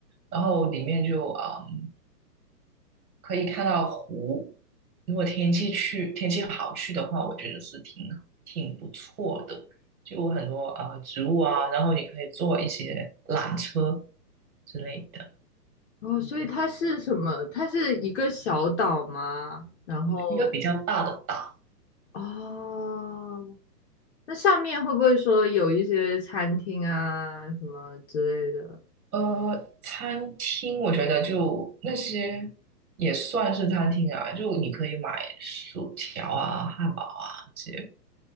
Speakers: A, on the right (about 60°); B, on the left (about 45°).
A: 然后里面就嗯可以看到湖，如果天气去天气好去的话，我觉得是挺挺不错的，就很多呃植物啊，然后你可以坐一些缆车之类的，
B: 哦，所以它是什么？它是一个小岛吗？然后
A: 一个比较大的岛。
B: 哦，那上面会不会说有一些餐厅啊什么之类的？
A: 呃，餐厅我觉得就那些也算是餐厅啊，就你可以买薯条啊、汉堡啊那些、